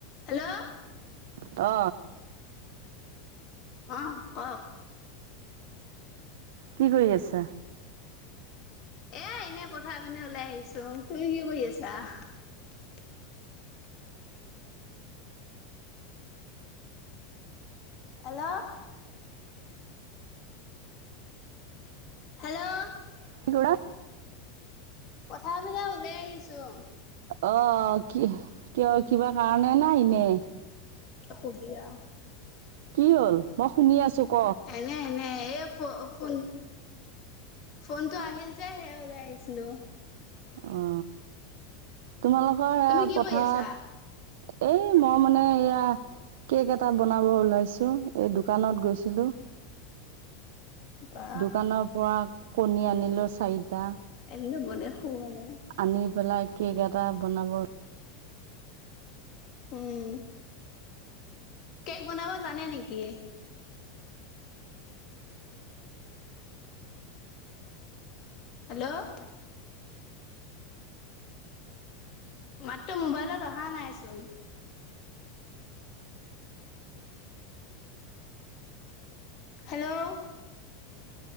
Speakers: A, on the left; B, on the right.
A: Hello
B: অ
A: অ কওক
B: কি কৰি আছা?
A: এ এনেই পথাৰ পিনে ওলাই আহিছো। তু কি কৰি আছা? হেল্ল' হেল্ল'
B: কি কলা?
A: পথাৰ পিনে ওলাই আহিছো অ
B: অঅঅ কি আহ্ কিয় কিবা কাৰণে না এনেই
A: খবিঅ <unintelligible>
B: কি হল মই শুনি আছো ক?
A: এনে এনে এই ফ ফোন ফোনতটো আহিল যে সে ওলাই আহিছো হেল্ল'
B: অ তোমালোকৰ সেয়া
A: তুমি কি
B: পথাৰত
A: কৰি আছা
B: এই মই মানে এয়া কেক এটা বনাব ওলাইছো এই দোকানত গৈছিলো।
A: <inaudible> বা
B: দোকানৰ পৰা কণী আনিলোঁ চাৰিটা
A: এনেতো বনে শুৱা নাই
B: আনি পেলাই কেক এটা বনাব
A: উম কেক বনাব জানে নেকি? হেল্ল' মাতটো মোবাইলত অহা নাইচোন হেল্ল'